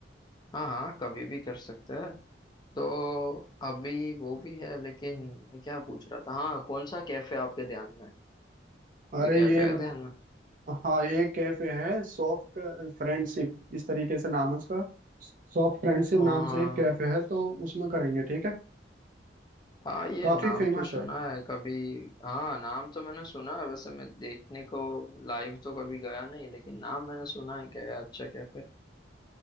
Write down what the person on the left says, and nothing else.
हाँ हाँ कभी भी कर सकते हैं तो अभी वो भी है लेकिन मैं क्या पूछ रहा था हाँ कौन सा कैफे आपके ध्यान में है
कोई कैफे
है ध्यान में
हाँ
हाँ ये
नाम
तो सुना
है कभी हाँ नाम तो मैंने सुना है वैसे मैं देखने को लाइव तो कभी गया नहीं लेकिन नाम मैंने सुना है क्या ये अच्छा कैफे